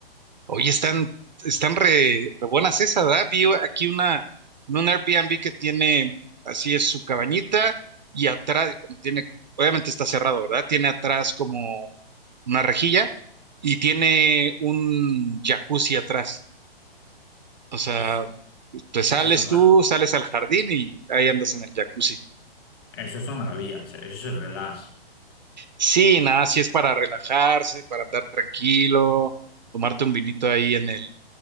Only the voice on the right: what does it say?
Oye, están, están re, re buenas esas, ¿verdad? Vi aquí una, en un Airbnb que tiene, así es su cabañita, y atrás, bueno, tiene, obviamente está cerrado, ¿verdad? Tiene atrás como una rejilla y tiene un jacuzzi atrás. O sea,
te sales
tú, sales al jardín y ahí andas en el jacuzzi.
Sí, nada, sí es para relajarse, para andar tranquilo, tomarte un vinito ahí en el,